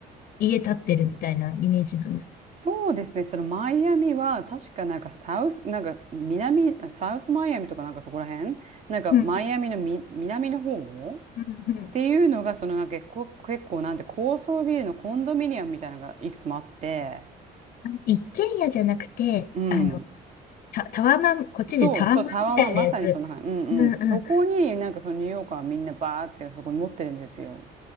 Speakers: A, on the left; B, on the right.
A: 家建ってるみたいなイメージなんですか
B: そうですね、そのマイアミは確かなんかサウス、なんか南、サウスマイアミとかなんかそこら辺、なんかマイアミのみ南の方っ
A: うんうんうんうん
B: ていうのが、そのなんか結構、結構なんて高層ビルのコンドミニアムみたいなのがいくつもあって、
A: 一軒家じゃなくて、
B: うん。
A: あの、タ、タワマン、こっちでタワマンみたいなやつ。
B: そう、そう、タワーマンまさにそんな感じ。うんうん。
A: うんうん。
B: そこになんかそのニューヨーカーはみんなバーってそこに持ってるんですよ。